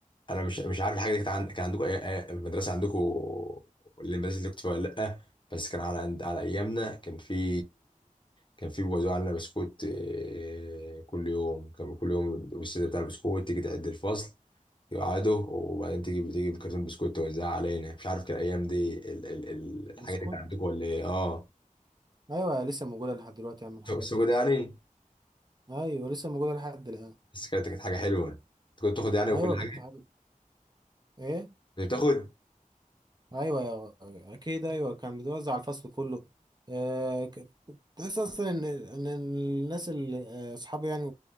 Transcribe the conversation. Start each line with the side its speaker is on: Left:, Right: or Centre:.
Left: انا مش مش عارف الحاجه دي كانت عند... كان عندكم أي... أي- المدرسه عندكم المدرسه اللي كنت فيها ولا لا بس كان على عند... على ايامنا كان في كان في بيوزعوا علينا بسكوت آه، كل يوم كان كل يوم الاستاذ بتاع البسكوت تيجي تعد الفصل يقعدوا وبعدين تيجي تيجي بكرتون بسكوت توزعها علينا مش عارف كان الايام دي ال... ال... ال... الحاجه
Right: بسكوت
Left: دي كانت عندكم ولا ايه اه
Right: ايوه لسه موجودة لحد دلوقتي يا عم الحاجات
Left: سو- سوق
Right: دي
Left: ده
Right: اصلا
Left: يعني
Right: ايوه لسه موجودة لحد الان
Left: بس كانت كانت حاجه حلوه كنت تاخد يعني وكل
Right: ايوه كانت
Left: حاجه
Right: حاجة ايه
Left: كنت بتاخد
Right: ايوه اكيد ايوه كان بيتوزع على الفصل كله آه، ك- تحس اصلا ان ان الناس اللي آه، اصحابي يعني